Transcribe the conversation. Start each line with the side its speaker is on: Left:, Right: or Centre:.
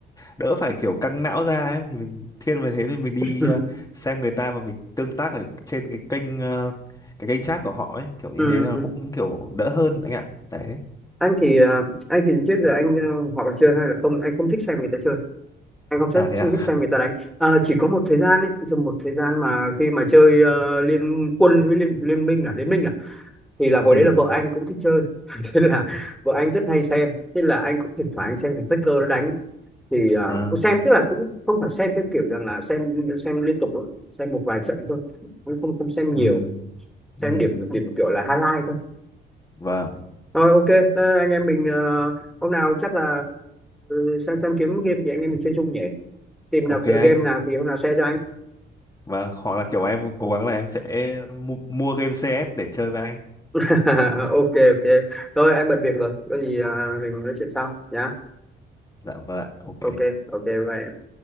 Left: đỡ phải kiểu căng não ra ấy thì mình thiên về thế thì mình đi
Centre: Ừ.
Left: ờ, xem người ta mà mình tương tác ở trên cái kênh ờ, cái kênh chat của họ ấy kiểu như
Centre: Ừ.
Left: thế nó
Centre: ừ.
Left: cũng kiểu đỡ hơn anh ạ đấy
Centre: anh thì ờ, anh thì trước giờ anh ờ, hoặc là chơi hay là không anh không thích xem người ta chơi anh không thích,
Left: à thế ạ
Centre: không thích xem người ta đánh Ờ, chỉ có một thời gian ấy thì một thời gian mà khi mà chơi ờ, liên quân với liên, liên minh à liên minh à
Left: <laughs>
Centre: thì là hồi
Left: ừ
Centre: đấy là vợ anh cũng thích chơi <laughs> thế là vợ anh rất hay xem thế là anh cũng thỉnh thoảng anh xem thằng Faker nó đánh thì ờ,
Left: à,
Centre: cũng xem tức là cũng không phải xem theo kiểu rằng là xem xem liên tục đâu, xem một vài trận thôi cũng không không xem nhiều
Left: ừ
Centre: xem
Left: ừ
Centre: điểm điểm kiểu là highlight thôi
Left: vâng
Centre: rồi ok thế anh em mình ờ, hôm nào chắc là ờ, xem xem kiếm game thì anh em mình chơi chung nhỉ tìm
Left: Ok
Centre: nào tựa game
Left: anh
Centre: nào thì hôm nào share cho anh
Left: và hoặc là kiểu em cố gắng là em sẽ mu- mua game CS để chơi với anh
Centre: <laughs> ok ok thôi anh bận việc rồi có gì ờ, mình nói chuyện sau nhá
Left: dạ vâng ạ. ok anh
Centre: ok ok bye em.